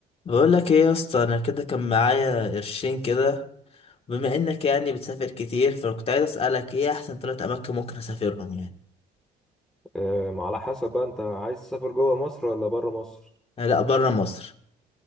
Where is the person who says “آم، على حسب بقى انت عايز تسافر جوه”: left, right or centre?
Centre